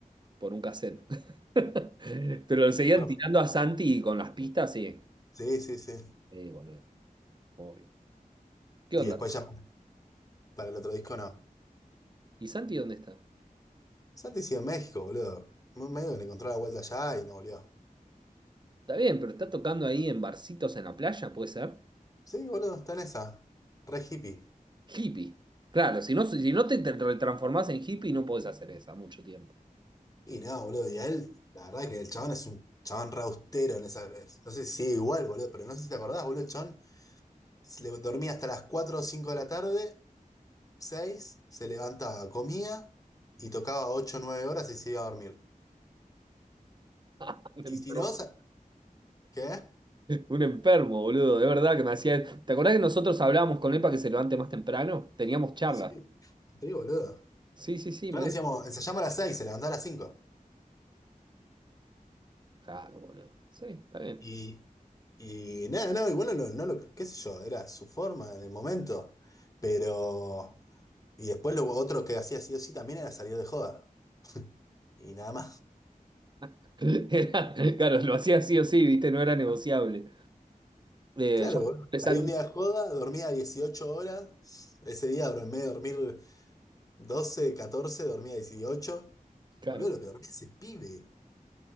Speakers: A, on the right (about 30°); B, on the left (about 25°).
A: por un cassette. <laughs> Pero lo seguían
B: Después,
A: tirando a Santi con las pistas, sí.
B: sí, sí, sí.
A: Eh, boludo, obvio. ¿Qué
B: Y
A: onda?
B: después ya para para el otro disco no.
A: ¿Y Santi dónde está?
B: Santi sigue en México, boludo. Me- Medio que le encontró la vuelta allá y no volvió.
A: Está bien, pero está tocando ahí en barcitos en la playa, ¿puede ser?
B: Sí, boludo, está en esa. Re hippie.
A: Hippie. Claro, si no, si no te te retransformás en hippie, no podés hacer esa mucho tiempo.
B: Y no, boludo, y a él, la verdad que el chabón es un chabón re austero en esa. es- No sé si sigue igual, boludo, pero no sé si te acordás, boludo, el chabón se le dormía hasta las 4 o 5 de la tarde, 6 se levantaba, comía y tocaba ocho o 9 horas y se iba a dormir.
A: <laughs> Un enfermo.
B: Y si no, sa- ¿qué?
A: Un enfermo, boludo. De verdad que me hacía. ¿Te acordás que nosotros hablábamos con él para que se levante más temprano? Teníamos charlas.
B: Sí, sí, boludo.
A: Sí, sí, sí, me
B: No le
A: dijo.
B: decíamos, ensayamos a las 6 se levantaba a las cinco
A: Claro, boludo. Sí, está bien.
B: Y, y nada, no, igual no, lo, no lo- qué sé yo, era su forma en el momento, pero... Y después lo otro que hacía sí o sí también era salir de joda, y nada más.
A: <laughs> Era- claro, lo hacía sí o sí, ¿viste? No era negociable. Eh,
B: Claro,
A: yo,
B: boludo,
A: Santi,
B: salía un día de joda, dormía 18 horas, ese día dor- en vez de dormir 12 14 dormía 18.
A: claro,
B: Boludo, lo que dormía ese pibe,